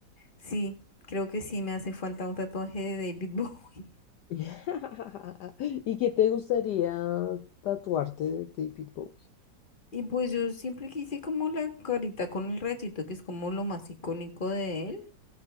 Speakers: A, on the left; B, on the left.
A: Sí, creo que sí me hace falta un tatuaje de David Bowie. <laughs>
B: <laughs> ¿Y qué te gustaría tatuarte de David Bowie?
A: Y pues yo siempre quise como la carita con el rayito, que es como lo más icónico de él.